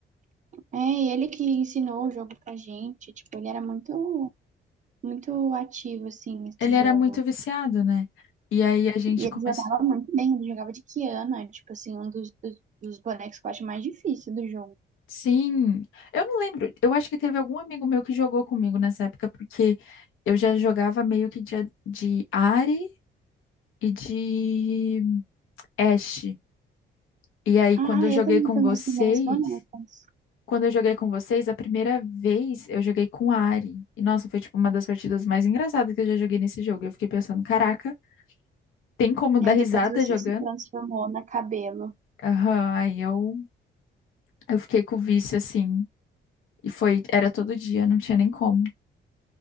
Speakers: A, on the right (about 40°); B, on the left (about 85°).
A: É, e ele que ensinou o jogo pra gente. Tipo, ele era muito, muito ativo, assim, nesse
B: Ele era
A: jogo.
B: muito viciado, né? E aí a gente
A: E ele
B: começou.
A: jogava muito bem, ele jogava de Kiana, tipo assim, um dos, dos, dos bonecos que eu acho mais difícil do jogo.
B: Sim, eu não lembro. Eu acho que teve algum amigo meu que jogou comigo nessa época, porque eu já jogava meio que de, de Ahri e de Ashe. E aí,
A: Ah,
B: quando eu joguei
A: eu também
B: com
A: fui
B: vocês,
A: minhas primeiras bonecas.
B: quando eu joguei com vocês, a primeira vez eu joguei com Ahri. E nossa, foi tipo uma das partidas mais engraçadas que eu já joguei nesse jogo. Eu fiquei pensando, caraca, tem como dar
A: E aí
B: risada
A: depois você
B: jogando?
A: se transformou na cabelo.
B: Aham, aí eu, eu fiquei com o vício assim. E foi, era todo dia, não tinha nem como.